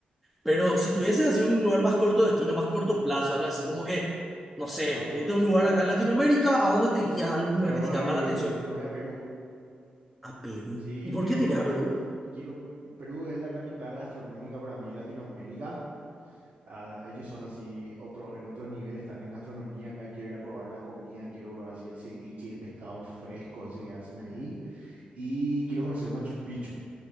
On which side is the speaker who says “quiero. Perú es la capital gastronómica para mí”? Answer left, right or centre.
Right